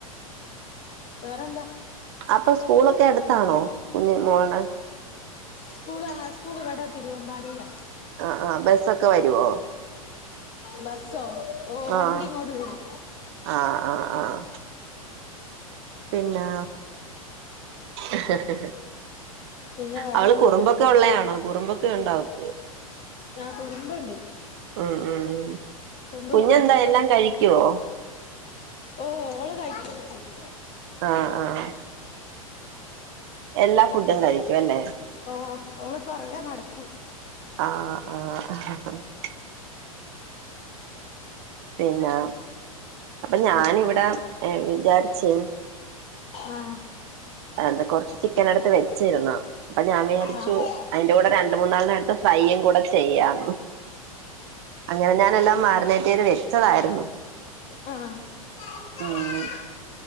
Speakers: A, on the left; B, on the right.
A: വേറെന്ത?
B: അപ്പൊ സ്കൂളൊക്കെ എടുത്താണോ കുഞ്ഞു മോള.
A: സ്കൂള് ആ സ്കൂള് വിടാ തിരുവ മ്പാടിയില.
B: ആഹ് ആഹ് ബസ്സൊക്കെ വരുവോ
A: ബസോ ഓ വണ്ടിങേട്
B: ആഹ്
A: വരും.
B: ആഹ് ആഹ് ആഹ്. പിന്നെ ഹഹഹ
A: പിന്നെ വേറെന്താ
B: അവള് കുറുമ്പൊക്കെ ഉള്ളയാണോ കുറുമ്പൊക്കെ ഉണ്ട അവക്ക്.
A: ഞാ കുറുമ്പുണ്ട്
B: ഉം ഉം
A: റുമ്പ്
B: കുഞ്ഞെന്താ
A: കൊറക്കെ
B: എല്ലാം
A: റച്ചൊക്ക.
B: കഴിക്കുവോ
A: ഓ ഓള് കഴിക്കൊക്കെ ചെയ്യും.
B: ആഹ് ആഹ്. എല്ലാ ഫുഡും കഴിക്കും അല്ലേ.
A: ഓഹ് ഓള് ഫൊറകെ നടക്കും.
B: ആഹ് ആഹ്. പിന്നെ അപ്പൊ ഞാനിവിടെ വിചാരിച്ചേ.
A: ആഹ്.
B: എന്താ കൊറച്ച് ചിക്കനെടുത്ത് വെച്ചിരുന്നു. പ്പൊ ഞാൻ വിയാരിച്ചു
A: ആ
B: അയിന്റെ ഊടെ രണ്ട് മൂന്നാലണ്ണട്ത് ഫ്രൈയും കൂടെ ചെയ്യാന്ന്. അങ്ങനെ ഞാനെല്ലാം മാറിന്നേറ്റെയ്ത് വെച്ചതായിരുന്നു.
A: ആ ആ
B: ഉം